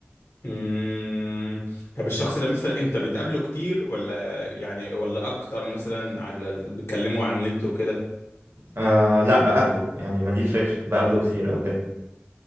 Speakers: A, on the left; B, on the right.
A: مم. طب الشخص ده مثلا انت بتقابله كتير ولا يعني ولا اكتر مثلا على بتكلموا على النت وكده
B: آه لا بقابله يعني ما دي الفكرة بقابله كتير او كده